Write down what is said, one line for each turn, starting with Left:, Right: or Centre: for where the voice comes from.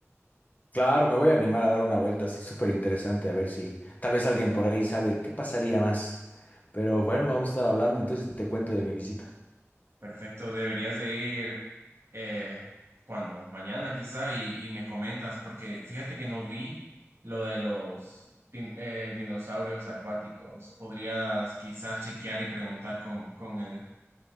Left: Claro, me voy a animar a dar una vuelta así súper interesante, a ver si tal vez alguien por ahí sabe qué pasaría más. Pero bueno, vamos a estar hablando, entonces te cuento de mi visita.
Right: Perfecto, deberías de ir eh, cuando mañana quizá y, y me comentas, porque fíjate que no vi lo de los din- eh, dinosaurios acuáticos. Podrías quizás chequear y preguntar con, con el,